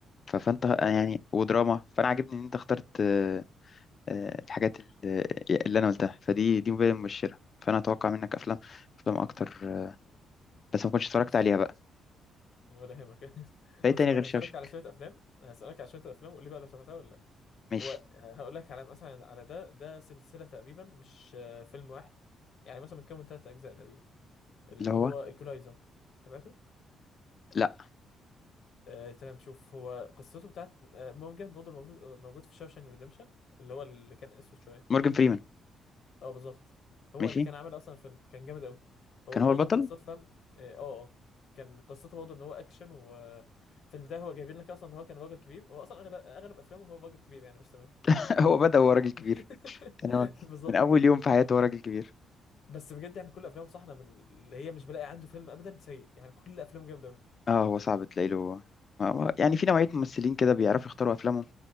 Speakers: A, on the left; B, on the left.
A: ف- فانت
B: بالظبط
A: يعني
B: ايه
A: ودراما فانا عاجبني ان انت اخترت آه، آه، الحاجات ال- اللي انا قلتها فدي دي مبادئ مبشره فانا اتوقع منك افلام افلام اكتر آه، بس ما كنتش اتفرجت
B: بس
A: عليها بقى
B: بفهمك <laughs>
A: فايه
B: طب
A: تاني
B: شوف
A: غير
B: انا
A: شاوشنك
B: هسألك على شوية افلام هسألك على شوية افلام قول لي بقى لو شفتها ولا لا
A: ماشي
B: هو هقول لك على مثلا على ده ده سلسلة تقريبا مش آه، فيلم واحد يعني مثلا متكون من ثلاث اجزاء تقريبا اللي
A: اللي هو
B: هو ايكولايزر تابعته
A: لا
B: آه، تمام شوف هو قصته بتاعت آه، مورجان برضه موجود موجود في شاوشانك ريديمشن اللي هو اللي كان اسود شويه
A: مورجان فريمان
B: اه بالظبط هو
A: ماشي
B: اللي كان عامل اصلا فيلم كان جامد قوي هو
A: كان
B: برضه
A: هو البطل
B: قصته فاهم اه اه آه. كان قصته برضه ان هو اكشن وفي البدايه هو جايبين لك اصلا ان هو كان راجل كبير هو اصلا اغلب اغلب افلامه هو راجل كبير يعني مش تمام
A: <laughs> هو بدأ هو راجل كبير
B: <laughs>
A: يعني هو
B: بالظبط
A: من اول يوم في حياته هو راجل كبير
B: بس بجد يعني كل افلامه صح أنا من اللي هي مش بلاقي عنده فيلم ابدا سيء يعني كل افلامه جامده قوي
A: اه هو صعب تلاقي له ما- ما- يعني في نوعيه ممثلين كده بيعرفوا يختاروا افلامهم